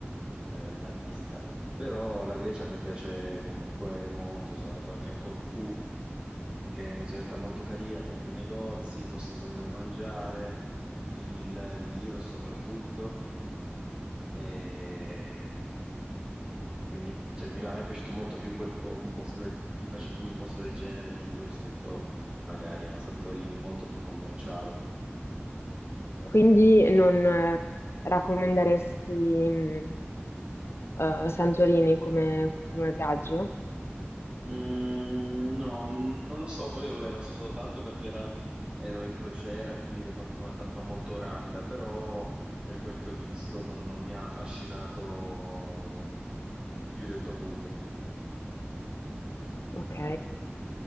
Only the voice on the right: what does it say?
eh, la visita. Però la Grecia a me piace comunque molto, sono andato anche a Corfù, che è un'isoletta molto carina, piena di negozi, posti buoni dove mangiare, il, ghi- il, il gyro soprattutto. E, e quindi cioè, mi- a me è piaciuto molto più quel po- un posto del, mi piace più un posto del genere tipo rispetto magari a una Santorini molto più commerciale.
Mm, no, n- non lo so. Poi vabbè, non so stato tanto perché era- ero in crociera, quindi ho fatto una tappa molto rapida, però per quel che ho visto non non mi ha affascinato più del dovuto.